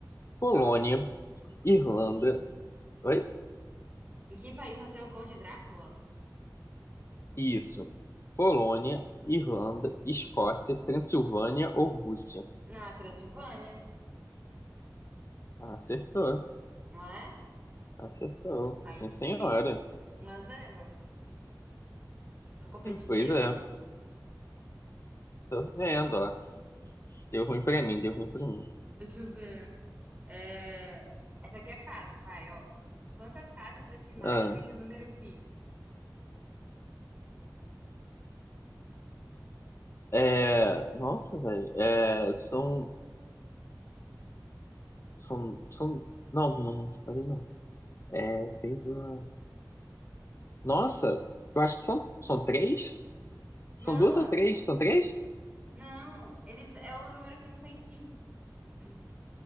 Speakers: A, on the left (about 40°); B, on the right (about 20°).
A: Polônia,
B: Calma.
A: Irlanda. Oi?
B: Em que país nasceu o Conde Drácula?
A: Isso. Polônia, Irlanda, Escócia, Transilvânia ou Rússia?
B: Na Transilvânia,
A: Ah, Acertou.
B: não é?
A: Acertou.
B: Aí
A: Sim,
B: sim,
A: senhora.
B: hein? Um a zero. Sou competitiva.
A: Pois é. Tô vendo, ó. Deu ruim pra mim, deu ruim pra mim.
B: Deixa eu ver. É, Essa aqui é fácil, vai, ó. Quantas casas decimais
A: Ah,
B: tem o número pi?
A: é... Nossa, velho. É... São... São... São... Não, não, não, parei não. É... Teve uma... Nossa, eu acho que são... São três?
B: Não,
A: São duas
B: ah,
A: ou três? São três?
B: não, eles é o número que não tem fim, o pi.